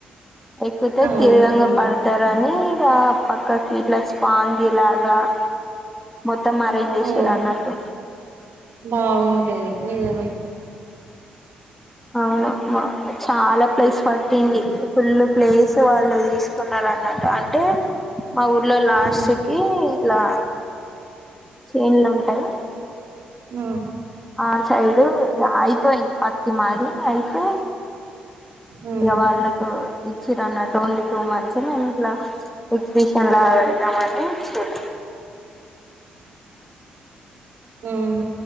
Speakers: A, in the centre; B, on the right (about 50°).
A: ఎక్కుతే
B: ఆ
A: తిర్వంగ
B: ఎక్కుతారు
A: పడుతారని ఇక పక్కకి ఇట్ల స్టాండ్ ఇలాగ మో మొత్తం మారింది
B: ఓ
A: సురన్నట్టు
B: బాగుంటది నిజమే
A: అవున మ చాలా ప్లేస్ పట్టింది ఫుల్ ప్లేస్ వాళ్ళు తీసుకున్నారు అన్నట్టు అంటే మా ఊర్లో లాస్ట్
B: ఉమ్
A: కి ఇట్లా చేన్లుఉంటాయ్
B: ఉ
A: ఆ సైడు ఆయిపోయింది పత్తి మాది అయితే
B: ఆ
A: ఇగవాళ్ళతో ఇచ్చిరన్నట్టు ఓన్లీ టూ మంత్స్ మేము ఇట్లా ఎగ్జిబిషన్ లా పెడదామని చూద్దాం
B: ఉమ్మ్